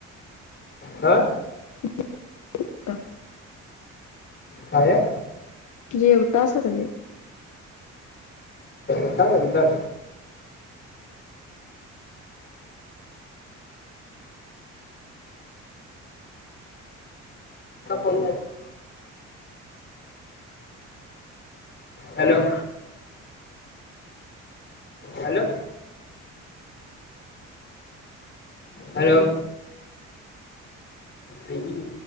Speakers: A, on the left (about 40°); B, on the left (about 75°).
A: हां
B: <unintelligible>
A: काय? अ.
B: जे उताार सते
A: गंतर ोन हॅलो. हॅलो हॅलो आई.